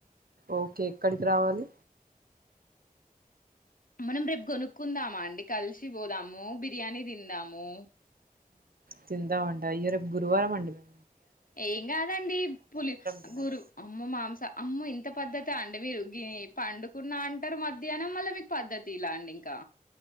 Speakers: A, on the right (about 75°); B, on the left (about 65°).
A: ఓకే ఎక్కడికి రావాలి
B: మనం రేపు గొనుక్కుందామ అండి కలిసి పోదాము బిర్యానీ తిందాము
A: తిందామం ఇ్య రేపు గురువారం అండి మే
B: ఏం కాదండి పులి
A: తినము
B: గురు అమ్మ మాంస అమ్మ ఇంత పద్ద్దత అండి మీరు పండుకున్న అంటారు మధ్యాహ్నం మళ్ళీ మీకు పద్ద్దతి ఇలా అండి ఇంకా